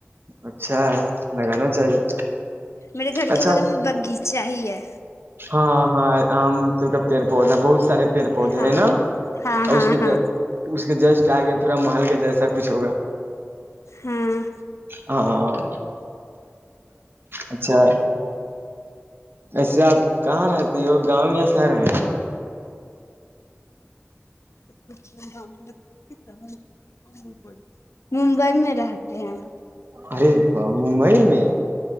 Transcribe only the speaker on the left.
میرے گھر
کے بغل میں باغیچہ ہی ہے
ہاں
ہاں
ہاں
ہاں
ہاں
<unintelligible> ممبئی میں رہتے ہیں ہم